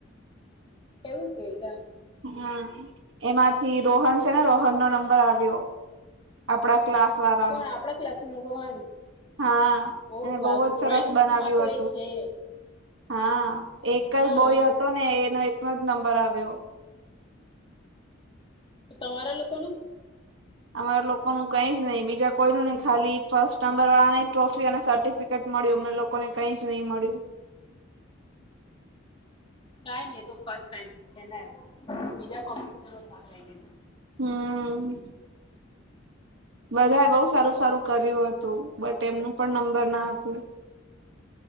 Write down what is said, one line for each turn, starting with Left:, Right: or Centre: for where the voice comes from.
Left: એવું કઈ કા
Right: હા, એમાંથી રોહન છે, ને રોહન નો નંબર આવ્યો, આપડા. ક્લાસ વારો
Left: કોણ આપણા ક્લાસ નો રોહન.
Right: હા
Left: બહુ
Right: એને
Left: સારું
Right: જ
Left: ડ્રોઈંગ
Right: સરસ બનાવ્યું
Left: માં તો
Right: હતું
Left: એ છે.
Right: હા, એક
Left: હા
Right: જ બોય હતો, ને એનો એકનો જ નંબર આવ્યો.
Left: તો તમારા લોકોનું?
Right: અમારા લોકો નું કઈ જ નહી, બીજા કોઈ નુ નહી, ખાલી ફર્સ્ટ નંબર વાળા ને ટ્રોફી અને સર્ટિફિકેટ મળ્યું, અમને લોકોને કઈજ નહી મળ્યું.
Left: કઈ નહિ એ તો ફર્સ્ટ ટાઈમ છે ને, બીજા કોમ્પશ ભાગ લઈ લેજે.
Right: હમ્મ બધાએ બહુ સારું સારું કર્યું હતું, બટ એમનું પણ નંબર ના આપ્યું.